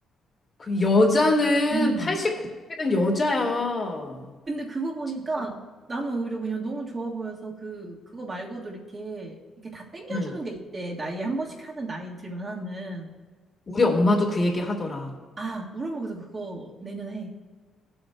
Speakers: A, on the left; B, on the right.
A: 그 여자는
B: 음
A: 89세는 여자야.
B: 근데 그거 보니까
A: 진짜.
B: 나는 오히려 그냥 너무 좋아 보여서 그, 그거 말고도 이렇게, 이렇게 다 땡겨주는
A: 응.
B: 게 있대. 나이에 한 번씩 하는, 나이 들면 하는.
A: 우리 엄마도 그 얘기 하더라.
B: 아, 우리 엄마 그래서 그거 내년에 해.